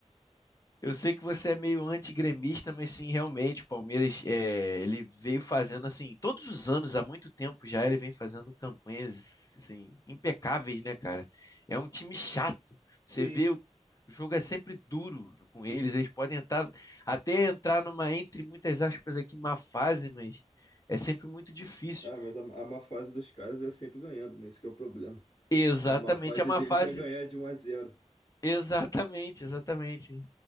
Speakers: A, on the left; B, on the left.
A: Eu sei que você é meio antigremista, mas sim, realmente, o Palmeiras, é, ele veio fazendo assim, todos os anos, há muito tempo já, ele vem fazendo campanhas assim, impecáveis, né, cara? É um time chato.
B: Sim.
A: Você vê, o, o jogo é sempre duro com eles, eles podem entrar, até entrar numa, entre muitas aspas aqui, má fase, mas é sempre muito difícil.
B: Ah, mas a, a má fase dos caras é sempre ganhando, né? Isso que é o problema.
A: Exatamente,
B: A má fase
A: é uma
B: deles
A: fase,
B: é ganhar de um a zero.
A: <laughs> exatamente, exatamente.